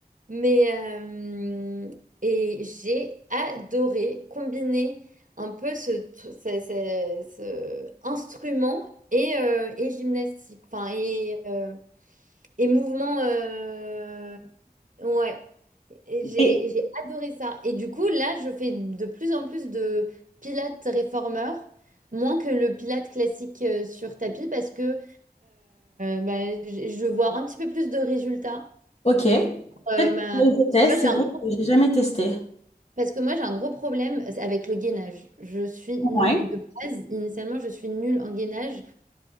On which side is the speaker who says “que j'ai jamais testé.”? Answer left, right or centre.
Left